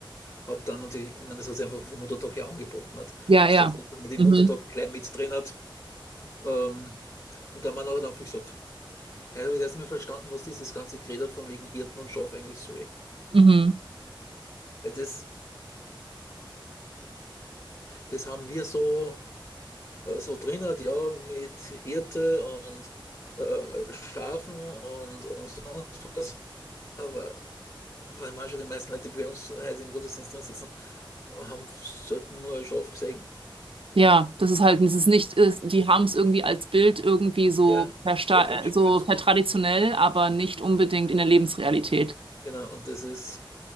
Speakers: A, on the left (about 35°); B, on the right (about 85°).
A: Hab dann natürlich, ich meine, das hat sich einfach vom Muttertag her angeboten hat,
B: Ja,
A: dass
B: ja.
A: man den
B: Mhm.
A: Muttertag gleich mit drin hat. Ähm, und der Mann hat dann viel gesagt, Hey, da habe ich erstmal verstanden, was dieses ganze Gerede von wegen Hirten und Schaf eigentlich soll.
B: Mhm.
A: Weil das, das haben wir so, äh, so drin, halt, ja, mit Hirte und äh, Schafen und, und sonst was. Aber weil manche, die meisten Leute, die bei uns heute im Gottesdienst drin sitzen, haben selten nur ein Schaf gesehen.
B: Ja, das ist halt, das ist nicht, ist, die haben es irgendwie als Bild irgendwie so,
A: Ja,
B: versta-
A: so ein Kind
B: äh,
A: spürt.
B: so vertraditionell, aber nicht unbedingt in der Lebensrealität.
A: Genau, und das ist,